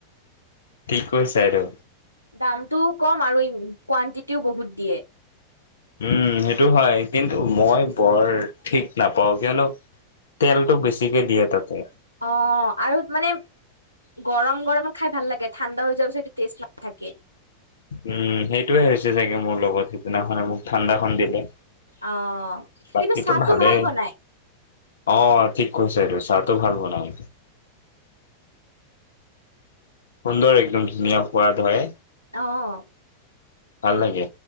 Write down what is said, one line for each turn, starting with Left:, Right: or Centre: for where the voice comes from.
Left: ঠিক কৈছা এইটো
Right: দামটোও কম আৰু ই কোৱানটিটিও বহুত দিয়ে
Left: উম সেইটো হয় কিন্তু মই বৰ ঠিক নাপাও কিয়নো তেলটো বেছিকে দিয়ে তাতে
Right: অ' আৰু মানে গৰম গৰম খাই ভাল লাগে ঠাণ্ডা হৈ যোৱাৰ পিছত সেইটো টেষ্ট নাথাকে
Left: উম সেইটোয়ে হৈছে চাগে মোৰ লগত সিদিনাখনে মোক ঠাণ্ডাখন দিলে
Right: অ কিন্তু
Left: বাকীতো
Right: চাহটো
Left: ভালেই
Right: ভাল বনাই
Left: অ' ঠিক কৈছা এইটো চাও ভাল বনাই সুন্দৰ একদম ধুনীয়া সোৱাদ হয়
Right: অঁ
Left: ভাল লাগে